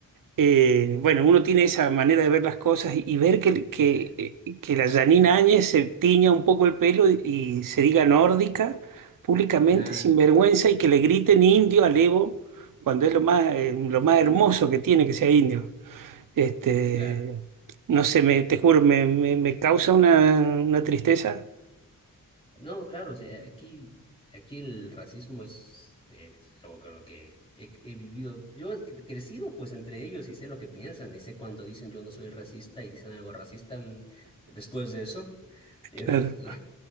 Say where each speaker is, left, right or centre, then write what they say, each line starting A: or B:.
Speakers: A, on the right (about 70°); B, on the left (about 15°).
A: eh, bueno, uno tiene esa manera de ver las cosas y ver que, que,
B: Ah, ya.
A: eh, que la Janine Áñez se tiña un poco el pelo y, y se diga nórdica públicamente
B: Ah,
A: sin vergüenza y que le griten indio al Evo cuando es lo más, eh, lo más hermoso que tiene que sea indio. Este,
B: claro.
A: no sé, me, te juro, me, me, me causa una, una tristeza.
B: No, claro, o sea, aquí, aquí el racismo es, es algo con lo que he, he vivido. Yo he cre- crecido pues entre ellos y sé lo que piensan y sé cuando dicen yo no soy racista y dicen algo racista al- después de eso. Yo,
A: Claro,
B: <laughs> lo-